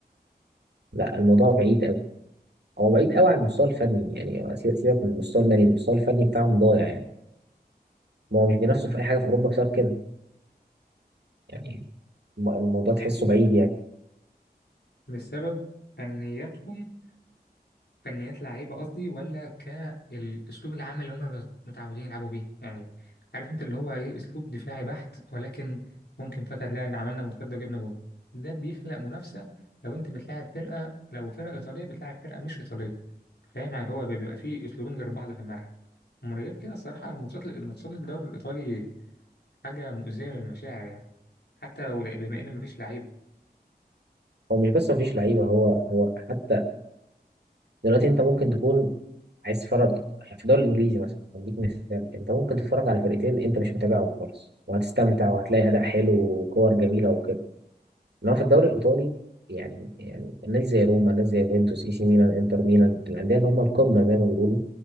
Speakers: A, on the right; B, on the left.
A: لا الموضوع بعيد قوي هو بعيد قوي على المستوى الفني يعني سيبك سيبك من المستوى المالي المستوى الفني بتاعهم ضايع يعني ما هو مش بينافسوا في اي حاجه في اوروبا بسبب كده يعني الم- الموضوع تحسه بعيد يعني
B: بسبب فنياتهم فنيات لعيبه قصدي ولا كالاسلوب العام اللي هم متعودين يلعبوا بيه يعني عارف انت اللي هو ايه اسلوب دفاعي بحت ولكن ممكن فجاه تلاقي عملنا مرتده وجبنا جون ده بيخلق منافسه لو انت بتلاعب فرقه لو فرقه ايطاليه بتلاعب فرقه مش ايطاليه فاهم يعني هو بيبقى فيه اسلوبين غير بعض في الملعب ومن غير كده الصراحه الماتشات الماتشات الدوري الايطالي حاجه مؤذيه للمشاعر يعني حتى لو- بما ان مفيش لعيبه
A: هو مش بس مفيش لعيبه هو هو حتى دلوقتي انت ممكن تكون عايز تتفرج يعني في الدوري الانجليزي مثلا هديك مثال انت ممكن تتفرج على فرقتين انت مش متابعهم خالص وهتستمتع وهتلاقي اداء حلو وكور جميله وكده انما في الدوري الايطالي يعني يعني الناس زي روما الناس زي يوفنتوس اي سي ميلان انتر ميلان الانديه اللي هم القمه زي ما بيقولوا